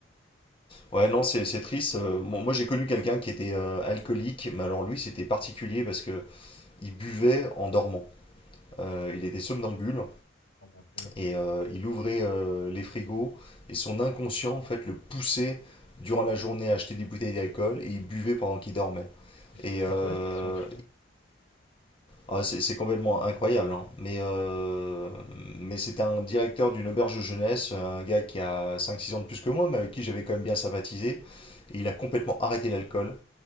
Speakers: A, on the left; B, on the left.
A: Ouais, non, c'est c'est triste. Euh, bon, moi, j'ai connu quelqu'un qui était euh, alcoolique, mais alors lui, c'était particulier parce que il buvait en dormant. Euh, il était somnambule
B: Oh mon Dieu.
A: Et euh, il ouvrait euh, les frigos et son inconscient, en fait, le poussait durant la journée à acheter des bouteilles d'alcool et il buvait pendant qu'il dormait.
B: Mais c'est
A: Et euh,
B: c'est quoi cette histoire de fou?
A: ah, c'est c'est complètement incroyable, hein. mais, euh, mais c'était un directeur d'une auberge jeunesse, un gars qui a cinq six ans de plus que moi, mais avec qui j'avais quand même bien sympathisé. Et il a complètement arrêté l'alcool